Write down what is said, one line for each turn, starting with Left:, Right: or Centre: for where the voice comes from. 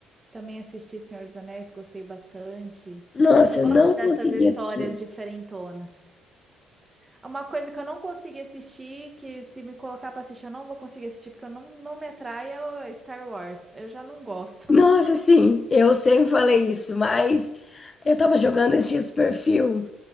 Right: Também assisti Senhor dos Anéis, gostei bastante.
Left: Nossa,
Right: Eu gosto
Left: não
Right: dessas
Left: consegui
Right: histórias
Left: assistir.
Right: diferentonas. É Uma coisa que eu não consegui assistir, que se me colocar pra assistir, eu não vou conseguir assistir, porque eu não, não me atrai, é o Star Wars. Eu já não gosto.
Left: Nossa,
Right: <laughs>
Left: sim, eu sempre falei isso, mas eu tava jogando esses dias perfil